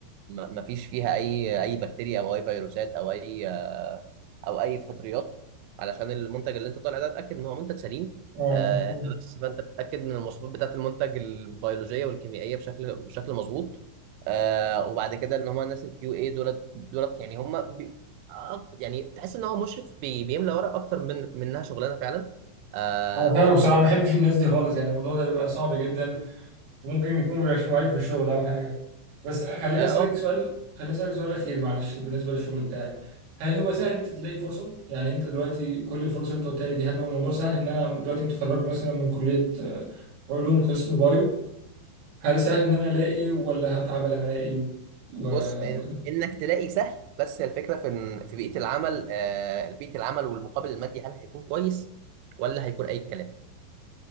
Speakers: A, on the right; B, on the right.
A: ما فيش فيها اي اي بكتيريا او اي فيروسات او اي او اي فطريات علشان المنتج اللي انت طالع ده اتاكد ان هو منتج سليم
B: اه
A: آه،
B: آه.
A: بس فانت بتتاكد من المواصفات بتاعه المنتج البيولوجيه والكيميائيه بشكل بشكل مظبوط آه، وبعد كده ان هم الناس الكيو اي دولت دولت يعني هم بي آه، يعني تحس ان هو مشرف بي بيملى ورق اكتر من منها شغلانه فعلا آه،
B: انا فاهمك
A: فدي
B: بصراحه
A: انت
B: أنا ما بحبش الناس دي خالص يعني الموضوع ده بيبقى صعب جدا وممكن يكون بيرخموا عليك في الشغل او حاجه بس خليني
A: اه
B: اسالك
A: آه،
B: سؤال خليني اسالك سؤال اخير معلش بالنسبه للشغل بتاعك هل هو سهل ان انت تلاقي فرصه يعني انت دلوقتي كل الفرص اللي انت قلتها لي دي هل هو الموضوع سهل ان انا دلوقتي متخرج مثلا من كليه آه، علوم قسم بايو هل سهل ان انا الاقي ولا هتعب لما الاقي و-
A: بص إن-
B: وكده
A: انك تلاقي سهل بس الفكره في إن- في بيئه العمل آه، بيئه العمل والمقابل المادي هل هيكون كويس ولا هيكون اي كلام